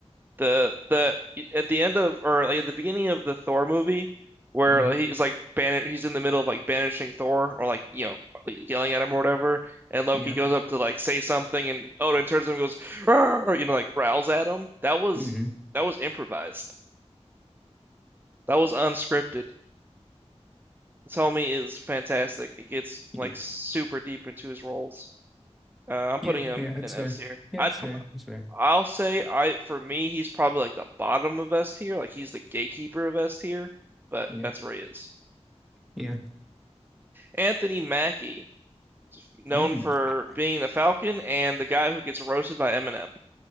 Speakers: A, on the right (about 20°); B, in the centre.
A: the the at the end of or like, at the beginning of the Thor movie where
B: Mm-hmm.
A: he's like ban he's in the middle of like banishing Thor or like you know yelling at him or whatever and Loki
B: Yeah.
A: goes up to like say something and Odin turns to him and goes "Arr!" you know like growls at him that was
B: Mm-hmm.
A: that was improvised that was unscripted Tommy is fantastic he gets like
B: Yeah.
A: super deep into his roles uh, I'm putting
B: Yeah.
A: him
B: Yeah. That's
A: in S
B: fair.
A: tier
B: Yeah,
A: I'd
B: it's
A: pr-
B: fair. It's fair.
A: I'll say
B: Fuck.
A: I for me he's probably like the bottom of S tier, like he's the gatekeeper of S tier, but
B: Yeah.
A: that's where he is.
B: Yeah.
A: Anthony Mackie, known
B: Mm.
A: for
B: Ah.
A: being the Falcon and the guy who gets roasted by Eminem.